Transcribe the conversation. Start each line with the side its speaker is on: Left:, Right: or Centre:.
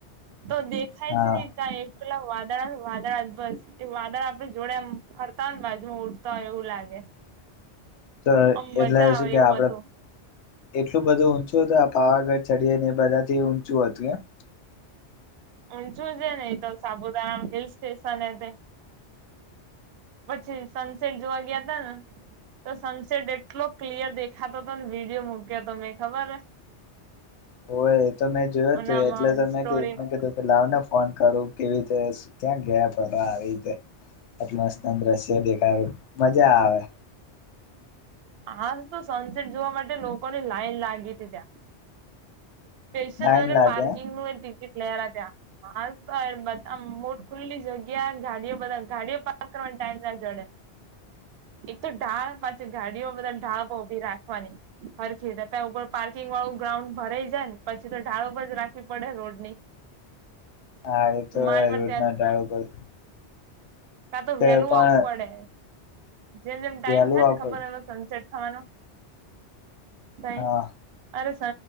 Right: તો દેખાય
Left: હા
Right: જ ની કઈ પટલા વાદળ વાદળ જ બસ એ વાદળ આપડે જોડે ફરતા હોય ને બાજુમાં ઉડતા હોય એવું લાગે <inaudible>
Left: તો
Right: આમ મજા
Left: એટલે
Right: આવે
Left: શું કે
Right: એવું
Left: આપણે
Right: હતું
Left: એટલું બધું ઊંચું હતું આ પાવાગઢ ચડી ને એ બધાથી ઊંચું હતું એમ
Right: હ જોજે ને એ તો સાપુતારા હિલ સ્ટેશન એ તે પછી સનસેટ જોવા ગયા તા ને તો સનસેટ એટલો ક્લિયર દેખાતો હતો ને વિડીયો મક્યો હતો મેં ખબર
Left: હોય એ તો મેં જોયો
Right: ઓનામાં
Left: તું એટલે તો
Right: સ્ટોરીમાં
Left: મેં કીધું કે લાવ ના ફોન કરું કેવી રીતે ત્યાં ગયા ફરવા આવી રીતે આટલુ મસ્ત આમ દ્રશ્ય દેખાયું મજા આવે
Right: આજ તો સનસેટ જોવા માટે લોકોની લાઈન લાગી હતી ત્યાં સ્પેશિયલ
Left: લાઈન
Right: અને
Left: લાગે
Right: પાર્કિંગનું એ લેરા ત્યાં માલ તો બધા મોટ ખુલ્લી જગ્યા ગાડીઓ બધા ગાડીઓ પાર્ક કરવાની સાજ ના જોડે એક તો ઢાળ પાછી ગાડીઓ બધા ઢાળ ઉભી રાખવાની હરખી ત્યાં ઉપર પાર્કિંગ વાળું ગ્રાઉન્ડ ભરાઈ જાય ને પછી તો ઢાળો પર જ રાખવી પડે રોડની <inaudible>
Left: હા એ તો
Right: માંડ
Left: હ
Right: માંડ
Left: રોડના ધાળ ઉપર
Right: કાતો
Left: તો
Right: વેલું
Left: પણ
Right: આવવું પડે જેમ જેમ ટાઈમ
Left: વહેલું
Right: થાય ને
Left: આપડ
Right: ખબર હવે સનસેટ થવાનો થાઈ
Left: હા
Right: અરે